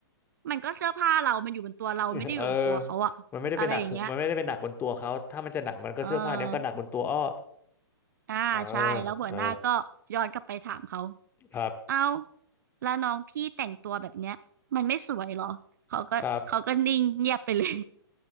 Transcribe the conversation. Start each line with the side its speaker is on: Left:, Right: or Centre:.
Right: มันก็เสื้อผ้าเรามันอยู่บนตัวเราไม่ได้อยู่บนตัวเขาอะอะไรอย่างเงี้ย
Left: <laughs> เออมันไม่ได้เป็นหนักหูมันไม่ได้เป็นหนักบนตัวเขาถ้ามันจะหนักมันก็เสื้อผ้าเนี้ยมันก็หนักบนตัวอ้อ
Right: เอออ่าใช่แล้วหัวหน้าก็ย้อนกลับไปถามเขา
Left: เออเออครับ
Right: เอาแล้วน้องพี่แต่งตัวแบบเนี้ยมันไม่สวยเหรอเขาก็เขาก็นิ่งเงียบไปเลย
Left: ครับ